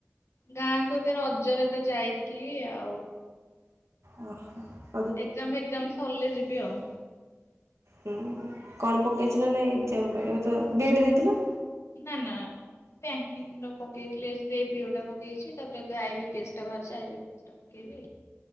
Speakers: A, on the left; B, on the right.
A: ଗାଁ କୁ ଏବେ ରଜରେ ତ ଯାଇଥିଲି ଆଉ।
B: ଓ ହୋ
A: ଏକ୍ଜାମ ଫେକ୍ଜାମ ସରିଲେ ଯିବି ଆଉ।
B: ହୁଁ କଣ ପକେଇଛି ନା ନାଇଁ ଏକ୍ଜାମ ପାଇଁ ଏବେ ତ ବିଏଡ଼ ଦେଇଥିଲ।
A: ନା ନା ବ୍ୟାଙ୍କିଙ୍ଗର ପକେଇଥିଲେ ଏସ ବି ଆଇ ପିଓ ଟା ପକେଇଛି ତାପରେ ଏବେ ଆଇ ବିପି ଏସ ଟା ବାହାରିଛି ଇ ଚେଷ୍ଟା ପକେଇବି?